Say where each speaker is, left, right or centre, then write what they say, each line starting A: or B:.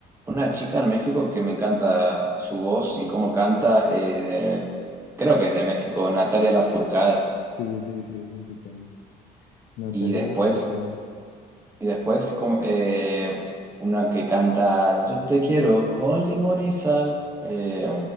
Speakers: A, on the right; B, on the left.
A: una chica en México que me encanta su voz y cómo canta, eh, creo que es de México, Natalia Lafourcade.
B: Sí, sí, sí, es mexicana. Natalia
A: Y después,
B: Lafourcade.
A: y después como, eh, una que canta Yo te quiero con limón y sal, eh,